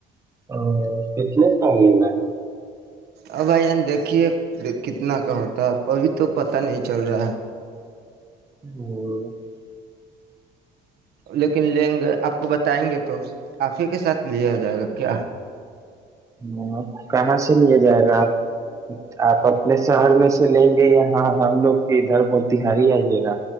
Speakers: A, on the right; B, on the right.
A: ا کتنے کہاہ ہے نا اور
B: اب بائی ان دیکھیے کتنا کا ہوتا ہے ابھی تو پتہ نہیں چل رہا ہے
A: <inaudible>
B: لیکن لیں گے آپ کو بتائیں گے تو آپ ہی کے ساتھ لیا آ جائے گا کیا
A: ہ کہاں سے لیا جائے گا آپ اپنے شہر میں سے لیں گے یا ہاں ہم لوگ کی ادھر ت ہاری ہی آئیے گا